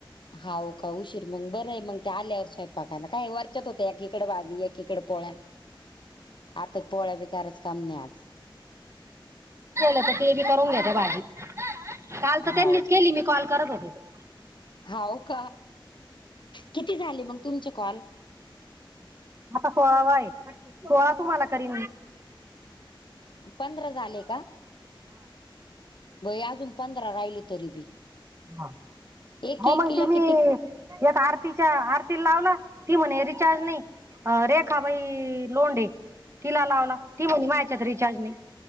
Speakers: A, on the left; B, on the right.
A: हा का उशीर मग बरं आहे मग त्या आल्यावर स्वयब पाकायला काय वरचत होते एकीकडे भाजी एकीकडे पोळ्या आता पोळ्या बी कारच काम नाही आज
B: ल तर ते बी करून घ्याेत भाजी काल तर
A: हाव
B: त्यांनीच
A: का
B: केली मी कॉल करत होतेथ
A: हाव का किती झाले मग तुमचे कॉल
B: आता सोळावा आहे सोळा तू मला की
A: पंधरा झाले का बई अजून पंधरा राहिली तरी बी
B: हा
A: एक
B: हो
A: एकीला
B: मग ते मी
A: किती
B: एक आरतीच्या आरतीला लावला ती म्हणे रिचार्ज नाही अ रेखा बाई लोंडे तिला लावला ती म्हली मा्याच्यात रिचार्जने